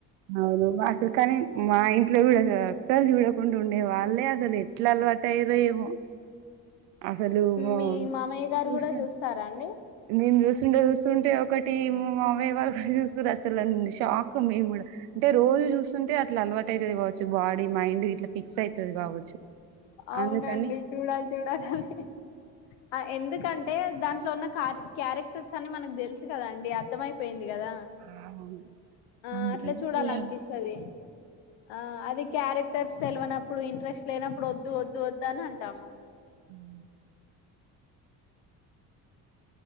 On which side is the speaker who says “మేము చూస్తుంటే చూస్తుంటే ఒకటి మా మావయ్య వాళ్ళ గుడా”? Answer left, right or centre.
Right